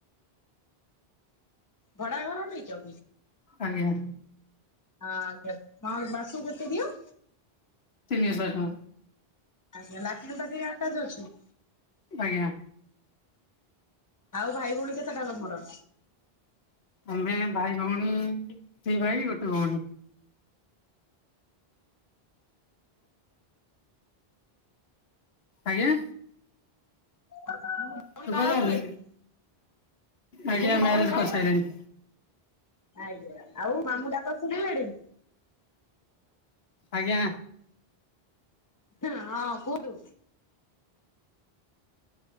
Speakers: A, on the left; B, on the left.
A: ଭଡା ଘର ନେଇଚ।
B: ଆଜ୍ଞା
A: ହଁ ଆଜ୍ଞା ବାସୁ କେତେ ଦିଅ
B: ତିିନି ହଜାର ଟଙ୍କା
A: ଆଜ୍ଞା ଲାଟିନ୍ ଫାଟିନ ଆଟାଜ ଅଛି।
B: ଆଜ୍ଞା
A: ଆଉ ଭାଇ ଭଉଣୀ କେତେଟା ତମର?
B: ଆମେ ଭାଇ ଭଉଣୀ ଦି ଭାଇ ଗୋଟେ ଭଉଣୀ। ଆଜ୍ଞା
A: ଭୋଉଣି
B: ଶୁଭା
A: ବାହା ହେଇଗଲେଣି?
B: ଯାଉନି ଆଜ୍ଞା
A: ବୋଲି ଭଉଣୀ
B: ମ୍ୟାରେଜ୍
A: ବାହା
B: କରିସାରିଲେଣି।
A: ହେଇଗଲେଣି? ଆଜ୍ଞା ଆଉ ମାମୁଁ ଡାକର ଶୁଣିଲେଣି।
B: ଆଜ୍ଞା
A: ହ ହଁ କୁହୁଠୁ